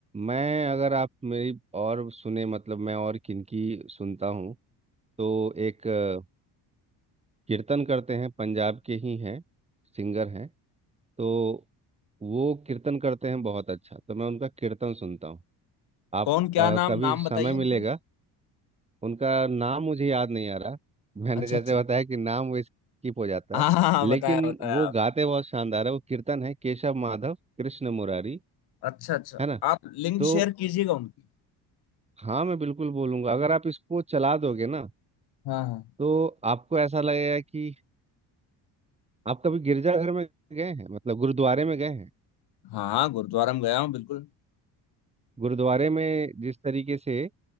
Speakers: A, on the right; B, on the left.
A: मैं अगर आप मेरी और सुने मतलब मैं और किनकी सुनता हूँ तो एक अ, कीर्तन करते हैं पंजाब के ही हैं सिंगर हैं तो वो कीर्तन करते हैं बहुत अच्छा तो मैं उनका कीर्तन सुनता हूँ आप
B: कौन क्या
A: अ,
B: नाम
A: कभी
B: नाम
A: समय
B: बताइए
A: मिलेगा
B: उनका
A: उनका नाम मुझे याद नहीं आ रहा मैंने
B: अच्छा
A: जैसे
B: अच्छा
A: बताया कि नाम वो स्किप हो जाता
B: हाँ
A: है
B: हाँ हाँ,
A: लेकिन
B: बताया बताया
A: वो
B: आप
A: गाते बहुत शानदार है वो कीर्तन है केशव माधव कृष्ण मुरारी
B: अच्छा अच्छा
A: है ना
B: आप लिंक
A: तो
B: शेयर कीजिएगा उनकी
A: हाँ मैं बिल्कुल बोलूंगा अगर आप इसको चला दोगे ना
B: हाँ हाँ
A: तो आपको ऐसा लगेगा कि आप कभी गिरजाघर में गए हैं मतलब गुरुद्वारे में गए हैं
B: हाँ हाँ गुरुद्वारा में गया हूँ बिल्कुल
A: गुरुद्वारे में जिस तरीके से